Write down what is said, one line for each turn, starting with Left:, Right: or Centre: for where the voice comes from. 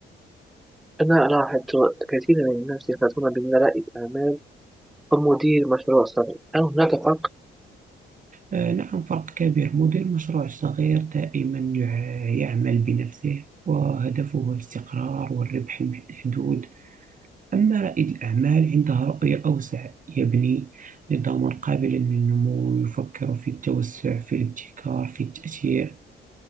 Centre: أنا لاحظت كثيرا من الناس يفرطون بين رائد أعمال ومدير مشروع صغير هل هناك فرق؟
Right: آه، نعم فرق كبير مدير مشروع صغير دائما يع- يعمل بنفسه وهدفه الاستقرار والربح المحدود أما رائد الأعمال عنده رؤية أوسع يبني نظاما قابلا للنمو يفكر في التوسع في الابتكار في التأثير